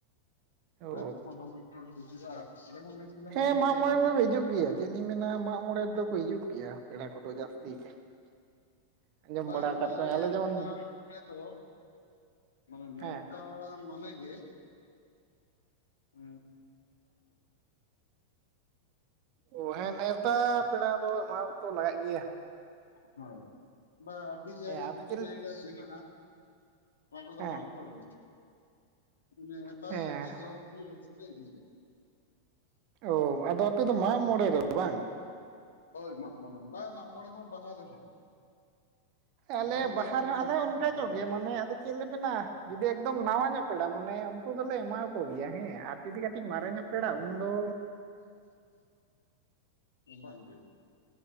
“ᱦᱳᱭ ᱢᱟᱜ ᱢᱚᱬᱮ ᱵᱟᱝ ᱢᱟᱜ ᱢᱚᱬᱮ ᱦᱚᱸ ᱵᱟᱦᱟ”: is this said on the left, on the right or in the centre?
Left